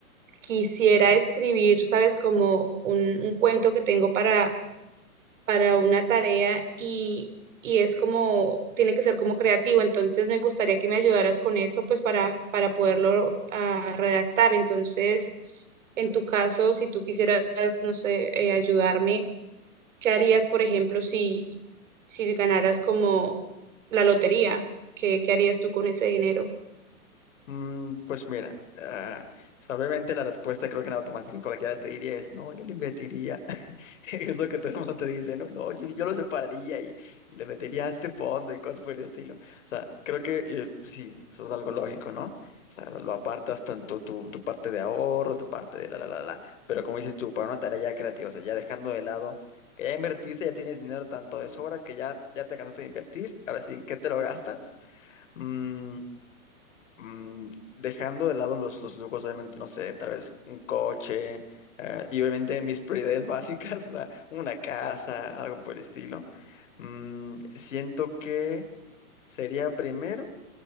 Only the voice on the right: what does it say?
quisiera escribir, sabes, como un, un cuento que tengo para para una tarea y, y es como, tiene que ser como creativo. Entonces me gustaría que me ayudaras con eso, pues para, para poderlo ah, redactar. Entonces, en tu caso, si tú quisieras, no sé, eh, ayudarme, ¿qué harías, por ejemplo, si, si ganaras como la lotería? ¿Qué, qué harías tú con ese dinero?